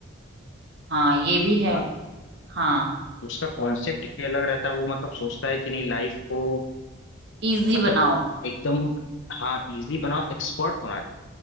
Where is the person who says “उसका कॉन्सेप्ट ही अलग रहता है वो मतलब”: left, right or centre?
Left